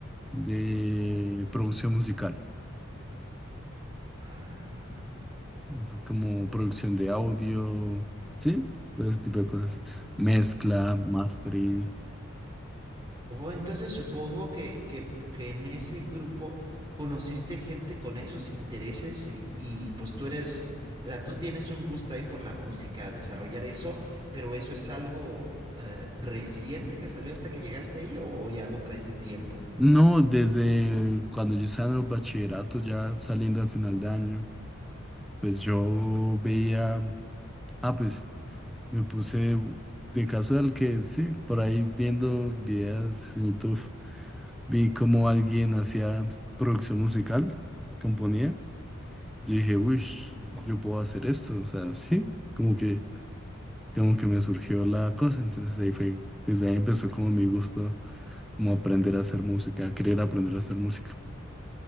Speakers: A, in the centre; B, on the right.
A: de producción musical.
B: Ah.
A: O sea, como producción de audio, ¿sí? Todo ese tipo de cosas. Mezcla, mastering.
B: Oh, entonces supongo que, que, que en ese grupo conociste gente con esos intereses y, y pues tú eres, o sea, tú tienes un gusto ahí por la música, desarrollar eso, pero eso es algo eh, reciente que salió hasta que llegaste ahí o o ya lo traes de tiempo?
A: No, desde cuando yo estaba en el bachillerato, ya saliendo al final de año, pues yo veía, ah, pues me puse de caso casual que sí, por ahí viendo videos en YouTube, vi cómo alguien hacía producción musical, componía. Yo dije, uy, yo puedo hacer esto, o sea, sí, como que como que me surgió la cosa, entonces ahí fue, desde ahí empezó como mi gusto, como aprender a hacer música, querer aprender a hacer música.